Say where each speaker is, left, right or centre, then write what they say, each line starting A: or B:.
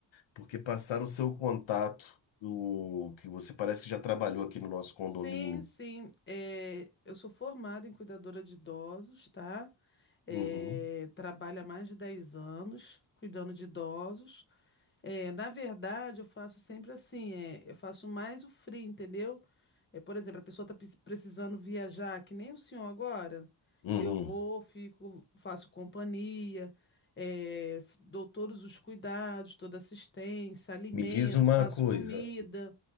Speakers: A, on the left (about 80°); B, on the left (about 25°).
A: porque passaram o seu contato, o, que você parece que já trabalhou aqui no nosso condomínio.
B: Sim, sim. É, eu sou formada em cuidadora de idosos, tá? É,
A: Uhum,
B: trabalho há mais de 10 anos cuidando de idosos. É, na verdade, eu faço sempre assim, é, eu faço mais o free, entendeu? É, por exemplo, a pessoa está precisando viajar, que nem o senhor agora.
A: uhum.
B: Eu vou, fico, faço companhia, é, f- dou todos os cuidados, toda assistência, alimento,
A: Me diz uma
B: faço
A: coisa.
B: comida,